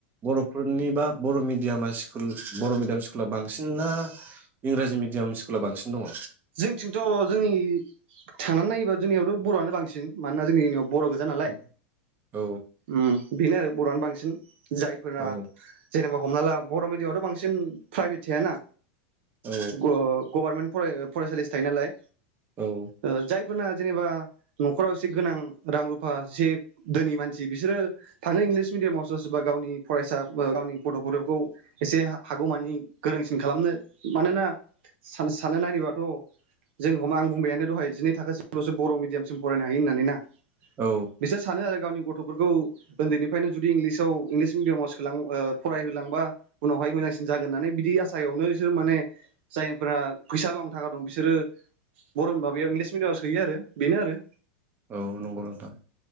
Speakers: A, on the right (about 30°); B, on the right (about 65°).
A: बर'फोरनिबा बर' मिडियामा स्कुल बर' मिडियाम स्कुला बांसिन ना इंराजि मिडियाम स्कुला बांसिन दङ'?
B: जोंथिंथ' जोंनि थांनानै नायोबा जोंनियावथ' बर'आनो बांसिन मानोना जोंनियाव बर' गोजा नालाय
A: औ औ
B: ओम बेनो आरो बर'आनो बांसिन । जायफोरा
A: औ
B: जेनेबा हमना ला बर' मिडि । यावथ बांसिन फ्राइभेद थायाना
A: औ
B: ग ओ गभार्मेन्ट फराय <unintelligible> फरायसालिसो थायो नालाय
A: औ
B: ओ जायक फोना जेनेबा नखराव एसे गोनां रां रुफा सेब दोनि मानसि बिसोरो थांनो इंलिस मिडियामाव सोरबा सोरबा गावनि फरायसा गावनि गथ गथाइखौ एसे हागौमानि गोरोंसिन खालामनो मानोना सान-सानना नायोबा ट जों हमा आं बुंबायानो दहाय जिनै थाखासिम लसो बर मिडियामसिम फरायनाय हायो होननानै ना
A: औ
B: बिसोर सानो आरो गावनि ग गथ' फोरखौ उन्दैनिफ्रायनो जुदि इंलिसाव इंलिस मिडियामाव सोलां ओ फरायहोलांबा उनावहाय मोजांसिन जागोन होननानै बिदि आसायावनो जो माने जायफोरा फैसा दं थाखा दं बिसोरो बर माबायाव इंलिस मिडियामाव सो हैयो आरो बेनो आरो ।
A: औ नंगौ नोंथां